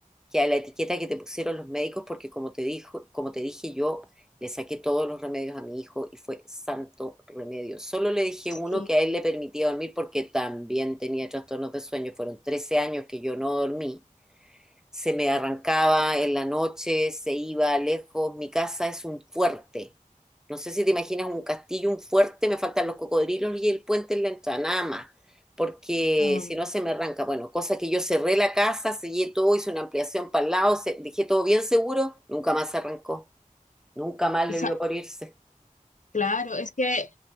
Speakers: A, in the centre; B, on the left.
A: que a la etiqueta que te pusieron los médicos, porque como te dijo, como te dije yo, le saqué todos los remedios a mi hijo y fue santo remedio. Solo le dije
B: Sí,
A: uno que a él le permitía dormir porque también tenía trastornos de sueño. Fueron 13 años que yo no dormí se me arrancaba en la noche, se iba lejos. Mi casa es un fuerte. No sé si te imaginas un castillo, un fuerte, me faltan los cocodrilos y el puente en la entrada, nada más. Porque
B: no,
A: si no se me arranca, bueno, cosa que yo cerré la casa, sellé todo, hice una ampliación para el lado, se- dejé todo bien seguro, nunca más se arrancó. Nunca más
B: esa-
A: le dio por irse.
B: Claro, es que